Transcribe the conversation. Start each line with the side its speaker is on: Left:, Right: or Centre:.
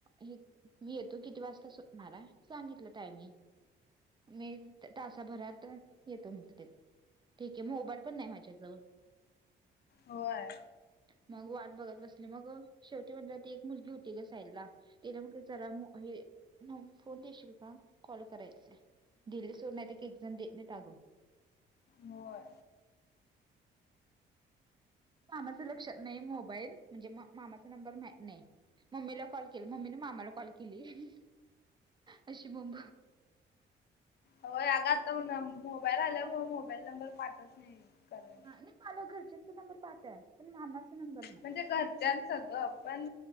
Right: हे मी येतो किती वाजता सुटणार आहे सांगितलं टायमिंग. मी तासाभरात येतो म्हणत ते. ठीक आहे मोबाईल पण नाही माझ्याजवळ.
Left: होय.
Right: मग वाट बघत बसली मग शेवटी म्हणलं ती एक मुलगी होती ग साईला. गल्या म्हट जरा हे फोन देशील का कॉल करायचय. दिली सोर नाही एक एक्झम देत नाही टागो.
Left: होर.
Right: मामाचं लक्षात नाही मोबाईल म्हणजे मामाचा नंबर मा नाही. मम्मीला कॉल केले मम्मीने मामाला कॉल केली अशी ब
Left: हो अग आता मोबाईल आल्यामुळे मोबाईल नंबर पाठत नाही कराय.
Right: नाही माला घरच्यांचा नंबर पाहताय पण मामाचा नंबर नाही.
Left: म्हणजे घरच्यां सगळं पण